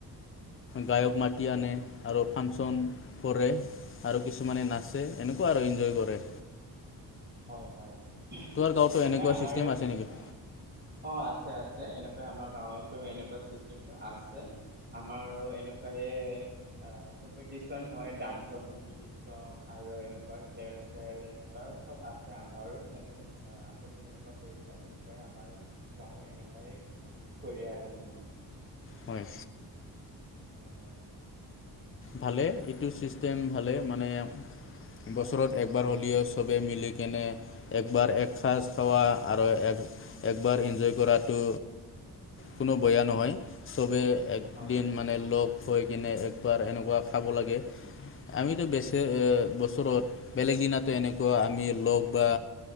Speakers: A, on the left; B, on the right.
A: গায়ক মাতি আনে আৰু ফাংচন ন কৰে আৰু কিছুমানে নাচে এনেকুৱা আৰু এনজয় কৰে।
B: হয় হয় হয়
A: তোমাৰ গাঁৱতো
B: এনেকুৱা আমাৰো
A: ছিষ্টেম আছে নেকি
B: অ অ আছে আছে। এনেকুৱা আমাৰ গাঁৱতো এনেকুৱা চিষ্টেমটো আছে। আমাৰ এনেকুৱাইে কম্পিটিচন হয় ডান্সৰ কম্পিটিশন আৰু এনেকুৱা খেল চেল এনেকুৱা আছে আমাৰো চম কোম আপুনি যেনেকুৱা কৰিছে এনেকুৱাই আমাৰ গাঁৱৰ এনেকুৱাই কৰিয়াৰ মানে।
A: হয়
B: উম হয় হয়।
A: ভালে এইটো ছিষ্টেম ভালে মানে বছৰত
B: অ অ
A: একবাৰ হ'লেও চব- বে মিলিকেনে একবাৰ এসাঁজ
B: উম উম
A: খোৱা আৰু এক
B: উম
A: একবাৰ
B: উম
A: ইনজয় কৰাতটো কোনো
B: উম উম
A: বেয়া
B: উম
A: নহয় চবেই একদিন
B: হয় হয়
A: মানে লগ হৈ কিনে একবাৰ এনেক- বা খাব লাগে আমিতো
B: উম
A: বেচে
B: হয় হয়
A: বছৰত বেলেগ দিনাতো এনেকুৱা আমি লগ বা